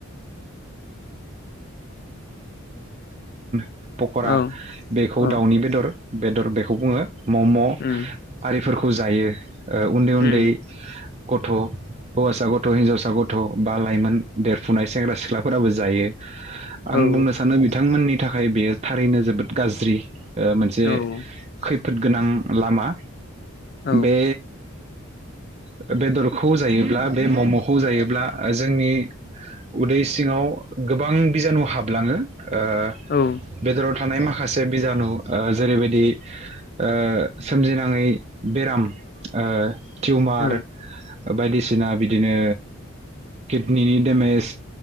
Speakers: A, on the right; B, on the left.
A: <inaudible> पकरा
B: औ
A: बेखौ
B: औ
A: दाउनि बेदर बेदर बेखौ बुङो मम
B: उम
A: आरिफोरखौ जायो उन्दै
B: उम
A: उन्दै गथ' हौवासा गथ' हिनजावसा गथ'बा लाइमोन देरफुनाय सेंग्रा सिख्लाफोराबो जायो।
B: औ
A: आं बुंनो सानो बिथांमोननि थाखाय बेयो थारैनो जोबोद गाज्रि मोनसे
B: औ औ
A: खै फोद गोनां लामा
B: औ
A: बे ओ <inaudible> बेदरखौ जायोब्ला बे ममखौ जायोब्ला जोंनि उदै सिङाव गोबां बिजानु हाबलाङो ओ
B: औ
A: बेद्र थानाय माखासे बिजानु ओ जेरैबायदि ओ सोमजिनाङै बेराम ओ टिउमार
B: औ
A: बायदिसिना बिदिनो किडनिनि डेमेज